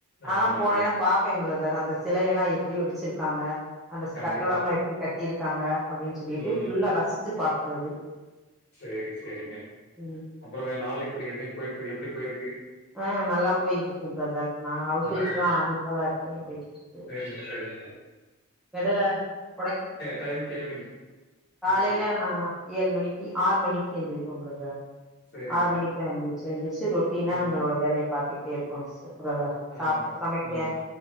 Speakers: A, in the centre; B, on the left.
A: நா
B: ஆமாங்க.
A: எல்லா போனேன்னா பா பே எங்களது அது அந்த சிலைய எல்லா எப்டி வடிச்சிருக்காங்க அந்த
B: கண்டிப்பா.
A: கட்டடம் எல்லா எப்டி கட்டியிருக்காங்க அப்டின்னு சொல்லிட்டு
B: ம்.
A: ஃபுல்லா ரசிச்சு பாக்குறது
B: சரி, சரிங்க.
A: ம்
B: அப்புறங்க நாள் எப்டி என்னைக்கு போயிட்டு இருக்கு எப்டி போயிருக்கு
A: ஆ நல்லா போயிகிட்டு இருக்குங்க ப்ரதர் நா ஹவுஸ்
B: ஆஹா.
A: ஒய்ஃப் தா அமைப்பாதா இருக்கே போயிட்டு இருக்கு
B: பேசாதீங்க
A: எடைல ஒடைக்க
B: டைம்க்கு எழுவீங்க
A: காலையில
B: மோஸ்ட்லி?
A: நா நா ஏழு மணிக்கு ஆறு மணிக்கு எந்திரிப்போம் ப்ரதர்
B: சரிங்க.
A: ஆறு மணிக்கெல்லா எந்திருச்சு இருந்துச்சு ரொட்டினா
B: ம்.
A: எங்களோட வேலையை பாத்துட்டே இருப்போ சிஸ்டர் பிரதர் சாப்
B: ஆஹா.
A: சமைக்க
B: ம்.